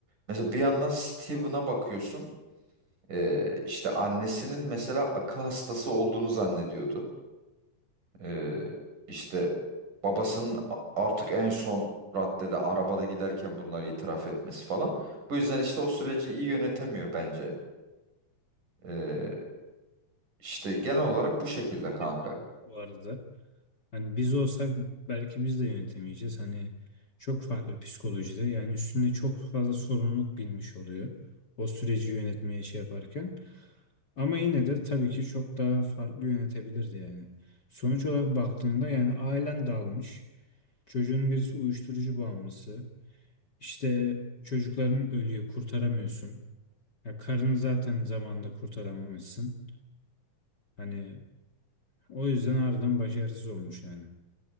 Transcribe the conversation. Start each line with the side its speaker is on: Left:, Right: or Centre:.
Right: Mesela bir yandan Steven'a bakıyorsun. E, işte annesinin mesela akıl hastası olduğunu zannediyordu. Ee, işte babasının a- artık en son raddede arabada giderken bunları itiraf etmesi falan. Bu yüzden işte o süreci iyi yönetemiyor bence. Ee, işte genel olarak bu şekilde
Left: Ben bir
Right: kanka.
Left: şey değil bu arada. Hani biz olsak belki biz de yönetemeyeceğiz. Hani çok farklı psikolojide yani üstünde çok fazla sorumluluk binmiş oluyor. O süreci yönetmeye şey yaparken. Ama yine de tabii ki çok daha farklı yönetebilirdi yani. Sonuç olarak baktığında yani ailen dağılmış. Çocuğun birisi uyuşturucu bağımlısı. İşte çocukların ölüyor, kurtaramıyorsun. Ya karını zaten zamanında kurtaramamışsın. Hani o yüzden harbiden başarısız olmuş yani.